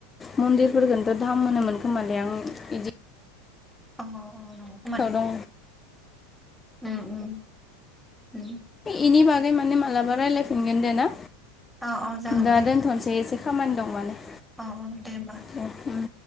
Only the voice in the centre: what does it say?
अ अ अ नंगौ खोमा दै
<unintelligible> उम उम उम।
औ औ जागोन
दे
अ अ दे होमबा <unintelligible>